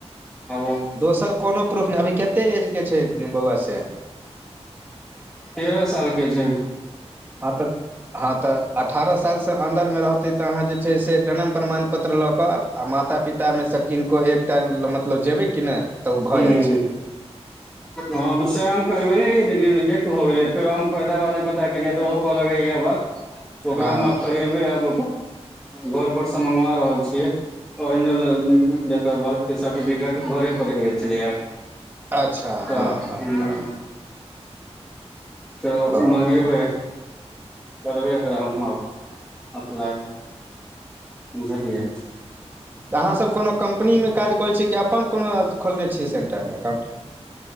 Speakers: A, in the centre; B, on the right.
A: आबो।
B: दोसर कोनो प्रूफ नै अभी कतेक एज के छै बौआ से
A: तेरह साल के छैय।
B: हँ तऽ हँ तऽ अठारह सालसँ अन्दरमे रहतै त अहाँ जे छैय से जन्म प्रमाण पत्र लऽ क आ माता पिता मे स किनको एक टाम मतलब जेबै कि ने तऽ ओ
A: हूँ
B: भऽ जाइ
A: हूँ
B: छैय।
A: हँ तऽ सएह हम करबे ने जे रिजेक्ट हो गेलै फेरो हम फ़रिदाबादमे पता केलियै तऽ ओहो कहलकै इह बात त ओकरा
B: हँ
A: आब हम करेबै आब। घर पर स मंगवा रहल छीयै original date of birth certificate घरे पर रहि गेल छलैया
B: अच्छा
A: तऽ
B: हँ हँ
A: हू।
B: हँ
A: तऽ
B: ओ
A: मंगेबै करबै ओकरा हम आब। अपलाइ बुझलियै।
B: तऽ अहाँसभ कोनो कम्पनी मे काज करै छियै कि अपन कोनो खोलने छियै सेन्टर अकाउंट।